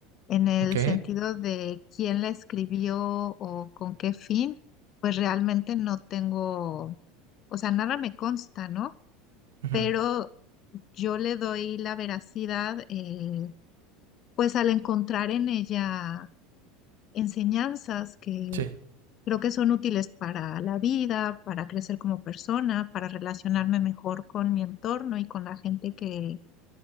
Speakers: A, on the left; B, on the right.
A: en el
B: Ok.
A: sentido de quién la escribió o con qué fin, pues realmente no tengo, o sea, nada me consta, ¿no?
B: Ujú.
A: Pero yo le doy la veracidad, eh, pues al encontrar en ella enseñanzas que
B: Sí.
A: creo que son útiles para la vida, para crecer como persona, para relacionarme mejor con mi entorno y con la gente que,